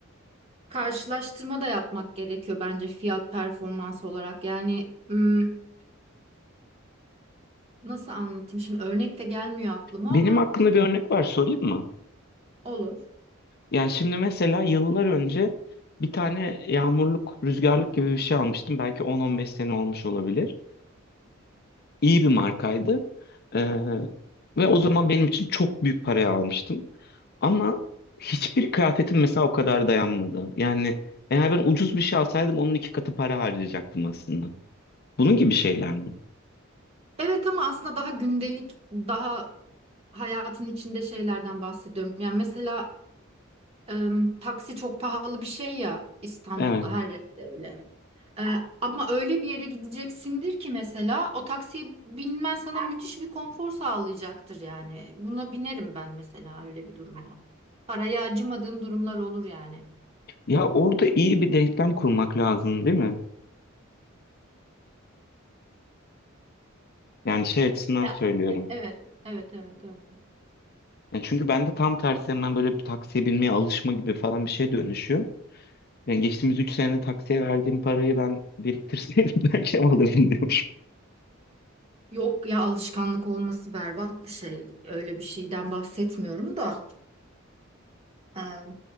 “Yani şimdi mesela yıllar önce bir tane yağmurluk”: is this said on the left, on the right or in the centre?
Left